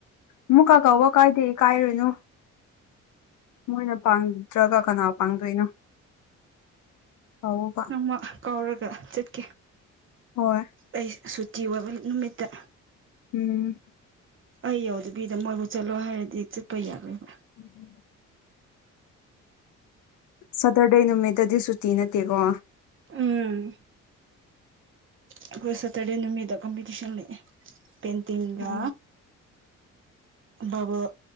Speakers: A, on the left; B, on the right.
A: ꯑꯃꯨꯛꯀꯥ ꯀꯧꯋꯣ ꯀꯥꯏꯗꯦ ꯏꯀꯥꯏꯔꯨꯅꯨ ꯃꯣꯏꯅ ꯄꯥꯡꯗ꯭ꯔꯒ ꯀꯅꯥ ꯄꯥꯡꯗꯣꯏꯅꯣ ꯀꯧꯋꯣꯕ
B: ꯅꯣꯡꯃ ꯀꯧꯔꯒ ꯆꯠꯀꯦ
A: ꯍꯣꯏ
B: ꯑꯩ ꯁꯨꯇꯤ ꯑꯣꯏꯕ ꯅꯨꯃꯤꯠꯇ
A: ꯎꯝ
B: ꯑꯩ ꯌꯧꯗꯕꯤꯗ ꯃꯣꯏꯕꯨ ꯆꯠꯂꯣ ꯍꯥꯏꯔꯗꯤ ꯆꯠꯄ ꯌꯥꯔꯣꯏꯕ
A: ꯎꯝ ꯎꯝ ꯁꯇꯔꯗꯦ ꯅꯨꯃꯤꯠꯇꯗꯤ ꯁꯨꯇꯤ ꯅꯠꯇꯦꯀꯣ
B: ꯎꯝ ꯑꯩꯈꯣꯏ ꯁꯇꯥꯔꯗꯦ ꯅꯨꯃꯤꯗ ꯀꯝꯄꯤꯇꯤꯁꯟ ꯂꯩꯌꯦ ꯄꯦꯟꯇꯤꯡꯒ
A: ꯎꯝ
B: ꯕꯕꯜ